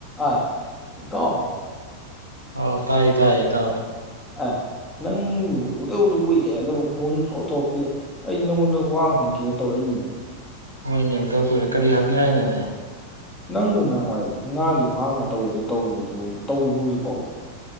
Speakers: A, on the left; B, on the right.
A: ꯑꯥꯢ ꯏꯇꯥꯎ
B: ꯑꯥꯎ ꯇꯥꯏꯌꯦ ꯇꯥꯏꯌꯦ ꯢꯇꯥꯎ꯫
A: ꯑ ꯅꯪꯕꯨ ꯎꯗꯕꯖꯨ ꯀꯨꯢ ꯦ ꯑꯗꯨꯒ ꯐꯣꯟꯁꯨ ꯁꯨꯡꯇꯧ ꯇꯧꯔꯛꯇꯦ ꯑꯩ ꯅꯪꯉꯣꯟꯗ ꯋꯥ ꯑꯃ ꯍꯪꯒꯦ ꯇꯧꯔꯛꯏꯅꯤꯅꯦ꯫
B: ꯍꯣꯏꯅꯦ ꯎꯗ ꯀꯨꯏꯔꯦ ꯀꯔꯤ ꯍꯥꯏꯅꯤꯡꯉꯥꯢ ꯂꯩꯔꯦ꯫
A: ꯅꯪꯕꯨ ꯅꯋꯥꯏ ꯉꯥꯒꯤ ꯐꯥꯝꯒ ꯇꯧꯒꯤꯕꯗꯣ ꯇꯧꯔꯤꯕꯣ ꯑꯗꯨꯕꯣ ꯇꯧꯔꯤꯕꯣ ꯍꯧꯖꯤꯛ ꯐꯥꯎꯕ꯫